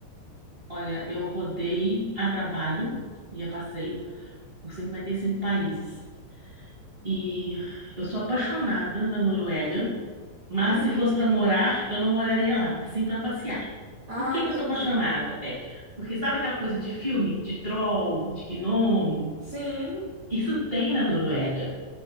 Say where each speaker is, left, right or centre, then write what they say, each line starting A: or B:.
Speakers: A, on the right; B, on the right.
A: olha, eu rodei a trabalho e eu passei por 55 países. E eu sou apaixonada na Noruega, mas
B: Uhum.
A: se fosse para morar, eu não moraria lá, sim para passear.
B: Ah,
A: Por que que
B: entendi.
A: eu sou apaixonada? É, porque sabe aquela coisa de filme, de troll, de gnomo?
B: Sim.
A: Isso tem na Noruega,